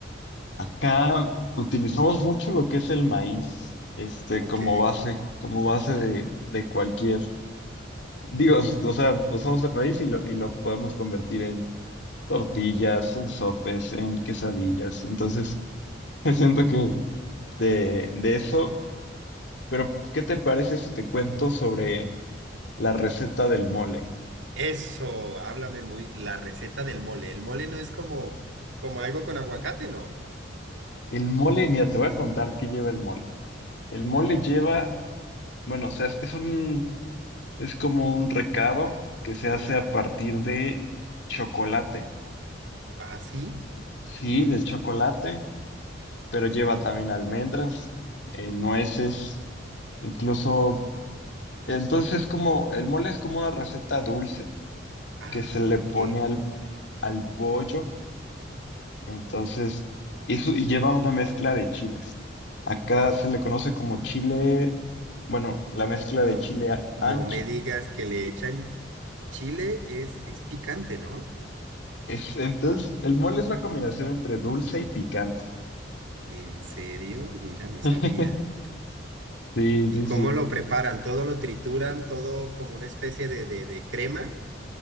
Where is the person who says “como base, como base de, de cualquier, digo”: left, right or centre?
Left